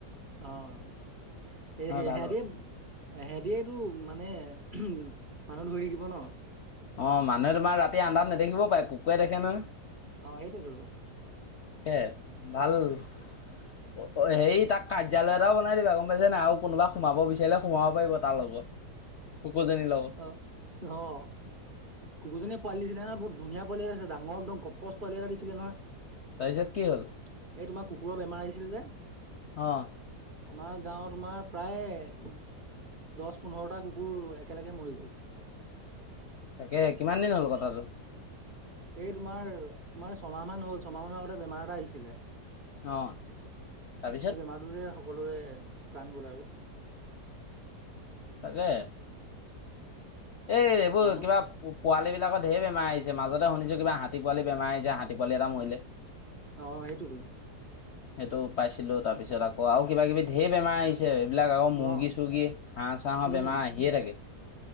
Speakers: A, on the right (about 35°); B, on the left (about 60°).
A: অঁ এই সেহতিয়টো
B: ভাল হ'ব
A: মানে উম মানুহ ধৰি থাকিব ন
B: অঁ মানুহে তোমাৰ ৰাতি আন্ধাৰত নেদেখিবও পাৰে কুকুৰে দেখে নহয়
A: অঁ সেইটোৱেই টো
B: তাকে ভাল অঁ হেৰি তাক কাৰ্যালয় এটাও বনাই দিবা গম পাইছ নাই আৰু কোনোবা সোমাব বিচাৰিলে সোমাব পাৰিব তাৰ লগত কুকুৰজনীৰ লগত
A: অ', অ' কুকুৰজনী পালি দিছিলে নহ বহুত ধুন পাল এটাছিল ডাঙৰ একদমপচ পালি এটা দিছিলে নয়। এই
B: তাৰপিছত কি হ'ল
A: তোমাৰ কুকুৰৰ বেমাৰ আহিছিল যে
B: অ'।
A: আমাৰ গাঁওত তোমাৰ প্ৰায় দহ পোন্ধৰটা কুকুৰ একেলগে মৰি গ'ল
B: তাকে কিমান দিন হ'ল কথাটো
A: এই তোমাৰ তোমাৰ ছমাহ মান হ'ল ছমাহ মানৰ আগতে বেমাৰ এটা আহিছিলে।
B: অ' তাৰপিছত।
A: সেই বেমাৰটো যে সকলোৰে প্ৰাণ গলেও।
B: তাকে এই এইবোৰ
A: মানুহ
B: কিবা পোৱালী বিলাকৰ ঢেৰ বেমাৰ আহিছে। মাজতে শুনিছো কিবা হাতী পালি বেমাৰ আহিছে হাতী পালি এটা মৰিলে।
A: অ' সেইটোতো
B: সেইটো পাইছিলো তাৰপিছত আকৌ আৰু কিবা কিবি ঢেৰ বেমাৰ আহিছিল। এইবিলাক আৰু
A: অ
B: মুৰ্গী চৰ্গী হাঁহ চাঁহৰ
A: উম
B: বেমাৰ আহিয়ে থাকে।